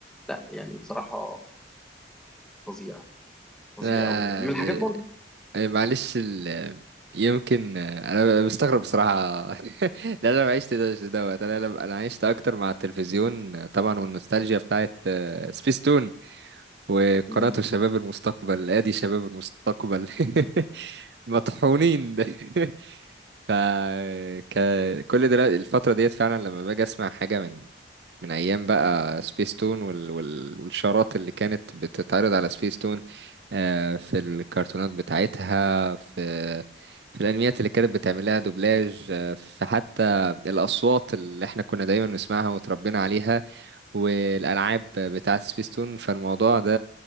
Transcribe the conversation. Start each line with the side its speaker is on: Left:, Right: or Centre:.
Centre: لا يعني بصراحه فظيع فظيع
Right: لا
Centre: قوي من
Right: ل-
Centre: الحاجات برضو
Right: آه، معلش ال... يمكن آه، انا مستغرب بصراحه <laughs> لا انا ما عشت ده دوت انا انا أنا عشت اكتر مع التلفزيون طبعا والنوستالجيا بتاعت آه، سبيستون وقناه
Centre: مم.
Right: شباب المستقبل ادي شباب المستقبل <laughs> مطحونين <laughs> ف ك... كل دلوقتي الفترة ديت فعلا لما باجي اسمع حاجة من من ايام بقى سبيس تون وال... وال... والشارات اللي كانت بتتعرض على سبيس تون آه، في الكرتونات بتاعتها في في الانميات اللي كانت بتعمل لها دوبلاج آه، في حتى الاصوات اللي احنا كنا دايما نسمعها وتربينا عليها والالعاب بتاعت سبيس تون فالموضوع ده